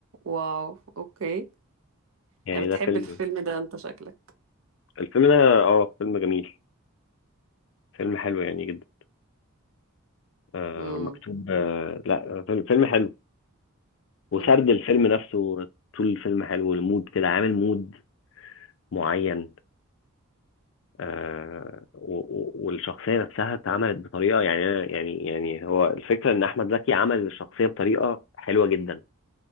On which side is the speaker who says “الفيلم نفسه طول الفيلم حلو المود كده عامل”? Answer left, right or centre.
Left